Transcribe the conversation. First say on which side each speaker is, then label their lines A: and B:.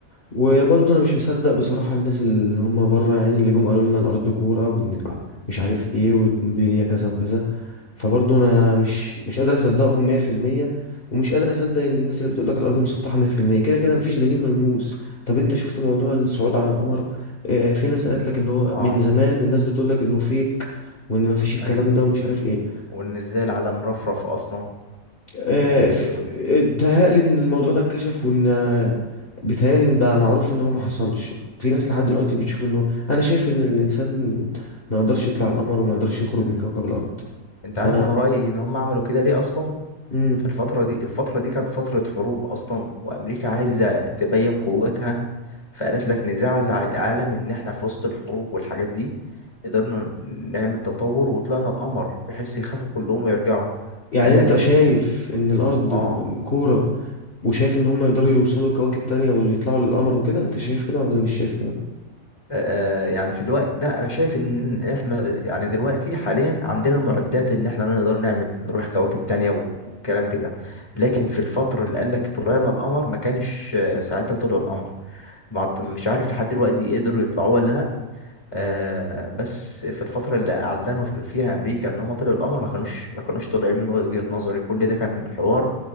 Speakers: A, on the left; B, on the left.
A: وبرضه انا مش مصدق بصراحة الناس اللي هم بره يعني اللي جم قالوا لنا الارض كورة وان مش عارف ايه والدنيا كذا وكذا فبرضه انا مش مش قادر اصدقهم 100% ومش قادر اصدق ان الناس اللي بتقول لك الارض مسطحة 100% كده كده مفيش دليل ملموس طب انت شفت موضوع الصعود على القمر آه، في ناس قالت لك ان هو
B: اه
A: من زمان الناس بتقول لك انه فيك وان مفيش الكلام
B: ايوه
A: ده ومش عارف ايه
B: وان ازاي العالم رفرف اصلا
A: آه،
B: يعني
A: ف-
B: بيقول
A: آه، بيتهيألي ان الموضوع ده اتكشف وان آه، بيتهيألي إن بقى معروف ان هو ما حصلش في ناس لحد دلوقتي بتشوف انه انا شايف ان الانسان ما يقدرش يطلع
B: إن...
A: على القمر وما يقدرش يخرج
B: مم.
A: من كوكب الارض
B: انت
A: ف
B: عارف انا رايي ان هم عملوا كده ليه اصلا
A: مم.
B: في الفتره دي الفتره دي كانت فتره حروب اصلا وامريكا عايزه تبين قوتها فقالت لك نزعزع العالم ان احنا في وسط الحروب والحاجات دي قدرنا نعمل تطور وطلعنا القمر بحيث يخافوا كلهم ويرجعوا
A: يعني
B: فقال لك
A: انت
B: بس
A: شايف
B: إحنا-
A: ان الارض
B: اه
A: م- كورة وشايف ان هم يقدروا يوصلوا لكواكب تانية واللي يطلعوا للقمر وكده انت شايف كده ولا مش شايف كده
B: آه، يعني في الوقت لا انا شايف ان احنا د- يعني دلوقتي حاليا عندنا المعدات ان احنا نقدر نعمل نروح كواكب تانية و- والكلام كده لكن في الفترة اللي قال لك طلعنا القمر ما كانش آه، ساعتها طلع القمر مع- مش عارف لحد دلوقتي قدروا يطلعوه ولا لا آه بس في الفترة اللي اعلنوا فيها امريكا ان هم طلعوا القمر ما كانوش ما كانوش طالعين من وجهة نظري كل ده كان حوار